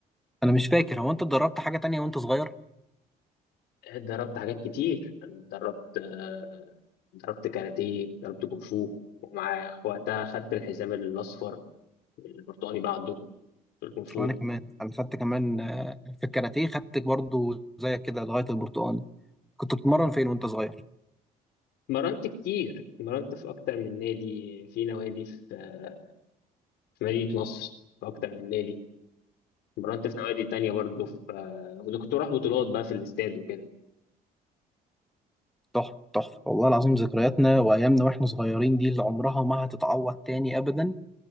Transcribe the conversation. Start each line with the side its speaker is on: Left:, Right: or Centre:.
Centre: انا مش فاكر هو انت اتدربت حاجه تانية وانت صغير
Left: اتدربت حاجات كتير اتدربت آه، اتدربت كاراتيه اتدربت كونغ فو ومع وقتها خدت الحزام الأصفر والبرتقالي بعده في الكونغ فو
Centre: وانا كمان انا خدت كمان آه، في الكاراتيه خدت برضو زيك كده لغايه البرتقال كنت بتتمرن فين وانت صغير
Left: اتمرنت كتير اتمرنت في أكتر من نادي في نوادي في آه، في مدينة نصر في أكتر من نادي اتمرنت في نوادي تانية برضه في آه، وده كنت بروح بطولات بقى في الاستاد وكده
Centre: تحفة تحفة والله العظيم ذكرياتنا وأيامنا وإحنا صغيرين دي اللي عمرها ما هتتعوض تاني أبدا